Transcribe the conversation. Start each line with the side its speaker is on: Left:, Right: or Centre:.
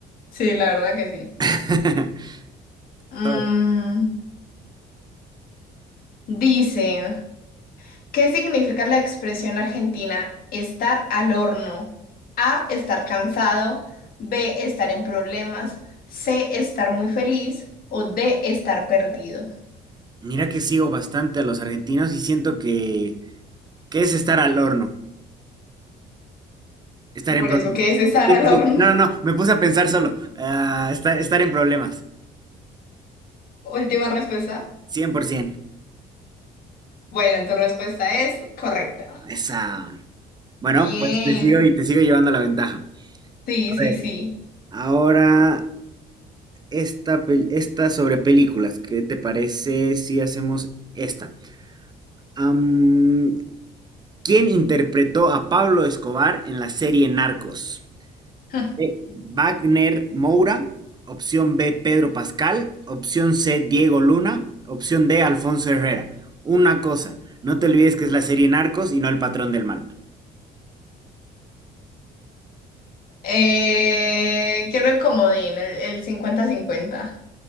Left: Sí, la verdad que sí.
Right: <laughs>
Left: Mm,
Right: Todo.
Left: dice, ¿qué significa la expresión argentina estar al horno? A, estar cansado, B, estar en problemas, C, estar muy feliz o D, estar perdido.
Right: Mira que sigo bastante a los argentinos y siento que, que es estar al horno, estar
Left: Por
Right: en problemas.
Left: eso, ¿qué es estar
Right: Sí,
Left: al
Right: sí,
Left: horno?
Right: sí. No, no, no, me puse a pensar solo, ah, estar, estar en problemas,
Left: Última respuesta.
Right: 100%.
Left: Bueno, tu respuesta es correcta.
Right: Esa. Bueno,
Left: Bien.
Right: pues te sigo y te sigo llevando la ventaja.
Left: Sí,
Right: A
Left: sí,
Right: ver,
Left: sí.
Right: ahora esta, pel- esta sobre películas. ¿Qué te parece si hacemos esta? Am, ¿quién interpretó a Pablo Escobar en la serie Narcos?
Left: <laughs>
Right: B. Wagner Moura. Opción B, Pedro Pascal. Opción C, Diego Luna. Opción D, Alfonso Herrera. Una cosa, no te olvides que es la serie Narcos y no El Patrón del Mal.
Left: Eh, quiero el comodín, el, el cincuenta 50